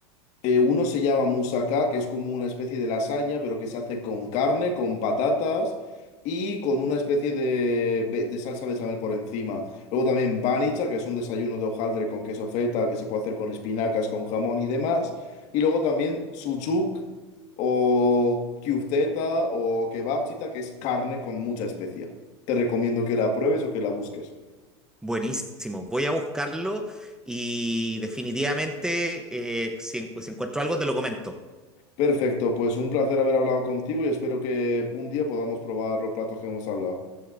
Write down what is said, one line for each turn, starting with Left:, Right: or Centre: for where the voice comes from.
Left: Eh, uno se llama moussaka, que es como una especie de lasaña, pero que se hace con carne, con patatas y con una especie de, be- de salsa bechamel por encima. Luego también banicha, que es un desayuno de hojaldre con queso feta, que se puede hacer con espinacas, con jamón y demás. Y luego también sucuk o kyufteta o kebabchita, que es carne con mucha especia. Te recomiendo que la pruebes o que la busques.
Centre: Buenísimo, voy a buscarlo y definitivamente eh, si, en- si encuentro algo te lo comento.
Left: Perfecto, pues un placer haber hablado contigo y espero que un día podamos probar los platos que hemos hablado.